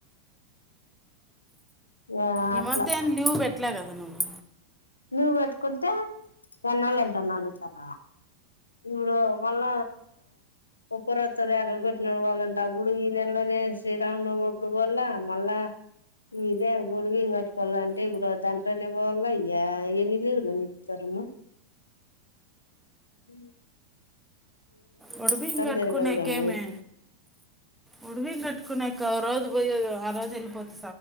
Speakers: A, on the left (about 80°); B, in the centre.
A: ఇగ
B: ఈ
A: అట్లా
B: మధ్యం లీవ్ పెట్టలే కదా ధన్వా
A: లీవ పెట్టుకుంటే జన్నాలంట నాలుగు తార ఈడు వళ్ళ ఉప్పురత్త ఎర కొట్టినడకోవాలంటే అప్పుడు ఈ నెలలోనే శ్రీరామనవమ ఇప్పుడు పోల్ మళ్ళా ఇ ఇదే బడివి కట్టుకోవాల అంటే ఇప్పుడు దాంట్లోనే పోవల ఇయె ఎన్ని లేనితారుమ్మా ఉ
B: ఓడి బియ్యం కటుకునికేమి
A: తిరగలదేమో ఊరికి
B: ఓడి బియ్యం కటుకునిక అజ పోయ ఆ రోజు వెలిపోతా